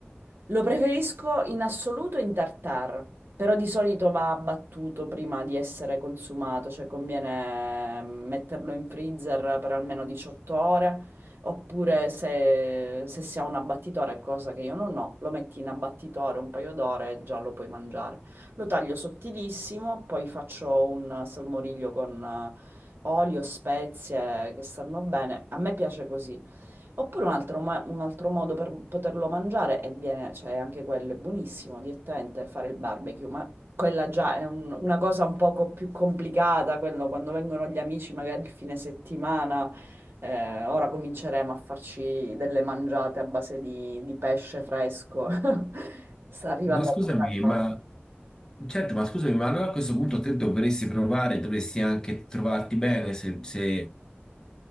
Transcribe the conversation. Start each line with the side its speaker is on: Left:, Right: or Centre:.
Right: Lo preferisco in assoluto in tartare, però di solito va abbattuto prima di essere consumato, cioè conviene mm, metterlo in freezer per almeno 18 ore, oppure se, se si ha un abbattitore, cosa che io non ho, lo metti in abbattitore un paio d'ore e già lo puoi mangiare. Lo taglio sottilissimo, poi faccio un salmoriglio con eh, olio, spezie che stanno bene. A me piace così. Oppure un altro, ma- un altro modo per poterlo mangiare e viene, cioè anche quello è buonissimo, direttamente fare il barbecue, ma quella già è un- una cosa un poco più complicata, quello quando vengono gli amici magari il fine settimana, eh, ora cominceremo a farci delle mangiate a base di, di pesce fresco. <laughs> Sta arrivando
Left: Ma scusami,
Right: la stagione.
Left: ma certo, ma scusami, ma allora a questo punto te dovresti provare, dovresti anche trovarti bene se, se